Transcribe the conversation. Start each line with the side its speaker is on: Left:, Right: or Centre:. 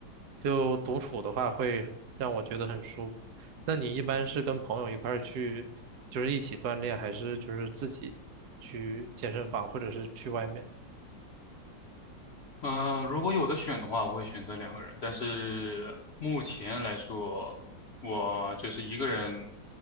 Right: 就独处的话会让我觉得很舒服。那你一般是跟朋友一块儿去，就是一起锻炼，还是就是自己去健身房，或者是去外面？
Left: 呃，如果有的选的话，我会选择两个人，但是目前来说，我就是一个人